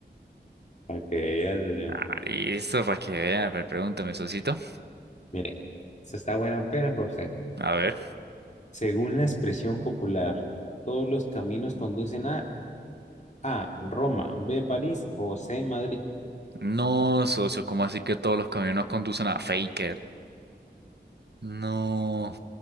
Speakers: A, on the left (about 40°); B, on the right (about 65°).
A: Para que veas,
B: Ah, listo, para que vean. A ver, pregúntame, socito.
A: Mire, esta está buena pena para usted.
B: A ver.
A: Según la expresión popular, todos los caminos conducen a A, Roma, B, París o C, Madrid.
B: No, socio, ¿cómo así que todos los camiones conducen a Faker? No,